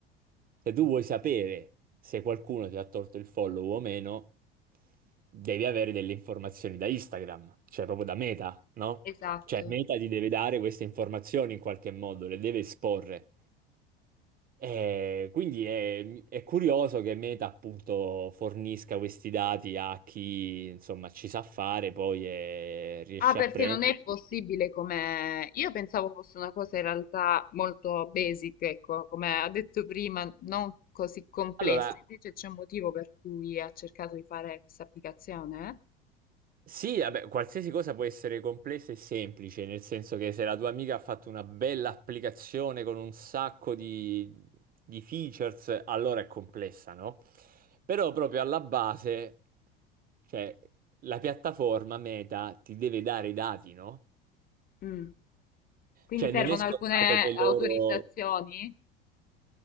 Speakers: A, on the right (about 30°); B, on the left (about 30°).
A: se tu vuoi sapere se qualcuno ti ha tolto il follow o meno, devi avere delle informazioni da Instagram, cioè proprio da Meta, no?
B: esatto.
A: Cioè Meta ti deve dare queste informazioni in qualche modo, le deve esporre. Eh, quindi è, è curioso che Meta appunto fornisca questi dati a chi insomma ci sa fare poi e riesce
B: Ah, perché
A: a prenderli.
B: non è possibile come... Io pensavo fosse una cosa in realtà molto basic, ecco, come ha detto prima, non così complessa.
A: Allora,
B: Invece c'è un motivo per cui ha cercato di fare questa applicazione?
A: sì, vabbè, qualsiasi cosa può essere complessa e semplice, nel senso che se la tua amica ha fatto una bella applicazione con un sacco di, di features, allora è complessa, no? Però proprio alla base, cioè, la piattaforma Meta ti deve dare i dati, no?
B: eh? Mm. Quindi
A: Cioè,
B: servono
A: non è scontato
B: alcune
A: che
B: autorizzazioni?
A: loro...